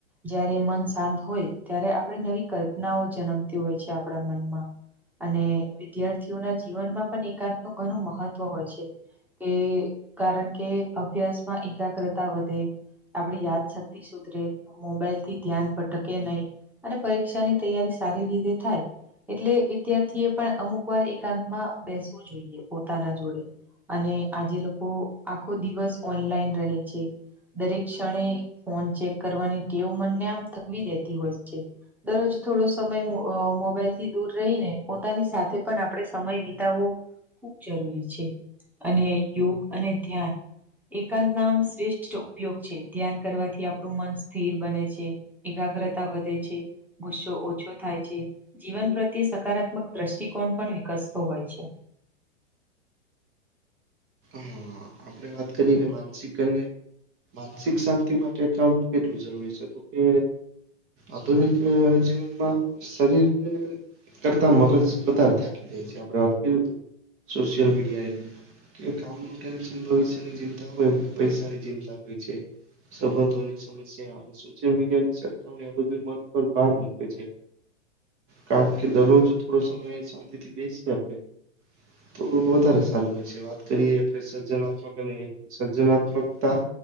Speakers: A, in the centre; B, on the right.
A: જયારે મન શાંત હોય ત્યારે આપણે નવી કલ્પનાઓ જન્મતી હોય છે આપણા મનમાં. અને વિદ્યાર્થીઓના જીવનમાં પણ એકાંત નું ઘણું મહત્વ હોય છે. કે કારણ કે અભ્યાસમાં એકાગ્રતા વધે. આપણી યાદ શક્તિ સુધરે મોબાઈલ થી ધ્યાન ભટકે નહી. અને પરીક્ષા તૈયારી સારી રીતે થાય. એટલે વિદ્યાર્થી એ પણ અમુક વાર એકાંત માં બેસવું જોઈએ પોતાના જોડે. અને આજે લોકો આખો દિવસ ઓનલાઈન રહે છે. દરેક ક્ષણે ફોન ચેક કરવાની ટેવ મનને આમ થકવી દેતી હોય છે. દરરોજ થોડો સમય મોબાઈલથી દૂર રહીને પોતાની સાથે પણ આપણે સમય વિતાવવો‌ ખૂબ જરૂરી છે અને યોગ અને ધ્યાન એકાંત ના આમ શ્રેષ્ઠ ઉપયોગ છે ધ્યાન કરવાથી આપણું મન સ્થિર બને છે. એકાગ્રતા વધે છે ગુસ્સો ઓછો થાય છે. જીવન પ્રતિ સકારાત્મક દ્રષ્ટિકોણ પણ વિકસતો હોય છે.
B: હ આપડે વાત કરીએ કે માનસિક અને માનસિક શાંતિ માટે કામ કેટલું જરૂરી છે તો કે આધુનિક જીવનમાં શરીરને કરતા મગજ વધારે થાકી જાય છે આપડે વાત કરી સોશિયલ મીડિયાએ કે કામનું ટેન્શન ભવિષ્યની ચિંતા હોય પૈસાની ચિંતા હોય છે. સંબંધોની સમસ્યા સોશિયલ મીડિયા ની સરખામણી એ બધું મન પર ભાર મૂકે છે. કારણ કે દરરોજ થોડો સમય શાંતિ થી બેસી આપે તો વધારે સારું હોય છે વાત કરી આપણે સર્જનાત્મક અને સર્જનાત્મકતા